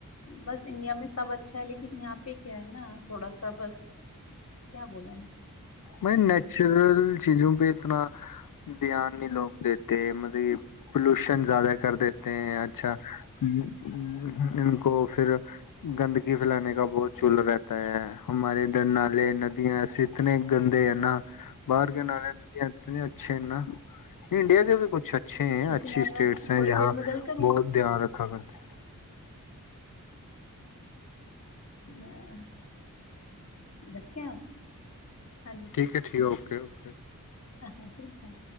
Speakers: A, on the left; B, on the left.
A: ਬਸ ਇੰਡੀਆ ਮੈਂ ਸਭ ਅ ਅੱਛਾ ਹੈ ਲੇਕਿਨ ਯਹਾਂ ਪੇ ਕਿਆ ਹੈ ਨਾ ਕਿ ਥੋੜਾ ਸਾ ਬਸ ਕਿਆ ਬੋਲੇ?
B: ਨਈ ਨੈਚੁਰਲ ਚੀਜ਼ੋ ਪੇ ਇਤਨਾ ਧਿਆਨ ਨੀ ਲੋਗ ਦੇਤੇ। ਤੇ ਮਤਲ ਪੋਲੂਸ਼ਨ ਜ਼ਿਆਦਾ ਕਰ ਦੇਤੇ ਹੈ ਅੱਛਾ ਇਨਕੋ ਫਿਰ ਗੰਦਗੀ ਫੈਲਾਨੇ ਕਾ ਬਹੁਤ ਚੁੱਲ ਰਹਿਤਾ ਹੈ ਹਮਾਰੇ ਇਧਰ ਨਾਲੇ, ਨਦੀਆ ਐਸੇ ਇਤਨੇ ਗੰਦੇ ਏ ਨਾ ਬਾਰ ਕੇ ਨਾਲੇ, ਨਦੀਆਂ ਇਤਨੇ ਅੱਛੇ ਨਾ ਨਈ ਇੰਡੀਆ ਦੇ ਵੀ ਕੁਛ ਅ ਅੱਛੇ ਹੈ
A: ਤੁਸੀਂ
B: ਅੱਛੀ
A: ਨਾਲ
B: ਸਟੇਟਸ
A: ਮੈਂ
B: ਹੈ
A: ਥੋੜੀ
B: ਯਹਾ
A: ਦੇਰ ਮੈਂ ਗੱਲ ਕਰੂੰ
B: ਬਉਤ ਧਿਆਨ ਰੱਖਾ ਕਰਤੇ
A: ਮੈਂ ਵੇਖਿਆ ਹਾਂਜੀ।
B: ਠੀਕ ਐ ਜੀ ਓਕੇ ਓਕੇ
A: ਹਾਂ, ਹਾਂ ਠੀਕ ਆਂ